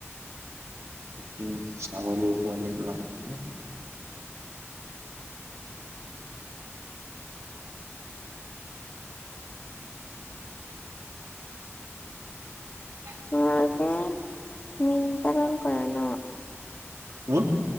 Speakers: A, on the right; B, on the left.
A: <unintelligible> <inaudible>
B: তোমালোকে মীন পালন কৰা ন?
A: উ?